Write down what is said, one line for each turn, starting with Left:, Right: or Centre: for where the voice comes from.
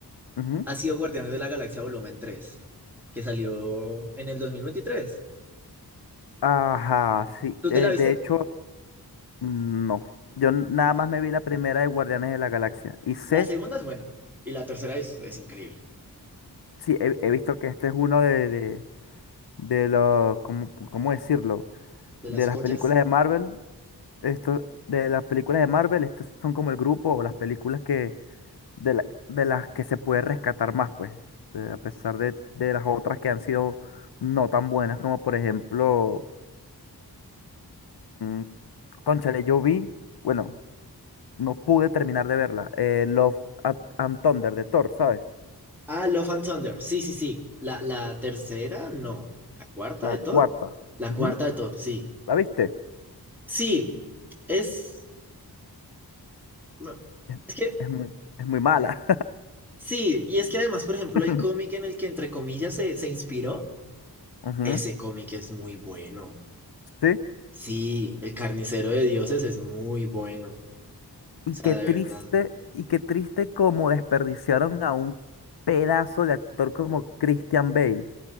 Left: Ujú.
Centre: ha sido Guardianes de la Galaxia Volumen tres, que salió en el 2023.
Left: Ajá, sí.
Centre: ¿Tú
Left: eh,
Centre: te la viste?
Left: de hecho. No, yo n- nada
Centre: Uf.
Left: más me vi la primera de Guardianes de la Galaxia. Y sé,
Centre: La segunda es buena y la tercera es, es increíble.
Left: sí, he, he visto que este es uno de, de, de los, ¿cómo, cómo decirlo?
Centre: ¿De
Left: De
Centre: las
Left: las
Centre: joyas?
Left: películas de Marvel, esto, de las películas de Marvel, estos son como el grupo o las películas que, de, la- de las que se puede rescatar más, pues, eh, a pesar de, de las otras que han sido no tan buenas, como por ejemplo, mm, cónchale, yo vi, bueno, no pude terminar de verla, eh, Love At- and Thunder de Thor, ¿sabes?
Centre: Ah, Love and Thunder. Sí, sí, sí. La, la tercera, no. ¿La cuarta
Left: La
Centre: de Thor?
Left: cuarta.
Centre: La
Left: Ujú.
Centre: cuarta de Thor, sí.
Left: ¿La viste?
Centre: Sí, es... bueno,
Left: Es,
Centre: Es que,
Left: es muy, es muy mala.
Centre: sí, y es que además, por ejemplo,
Left: <laughs>
Centre: el cómic en el que entre comillas se, se inspiró,
Left: Ujú,
Centre: ese cómic es muy bueno.
Left: Sí.
Centre: Sí, El Carnicero de Dioses es muy bueno.
Left: Y
Centre: sea,
Left: qué
Centre: de
Left: triste,
Centre: verdad.
Left: y qué triste como desperdiciaron a un pedazo de actor como Christian Bale,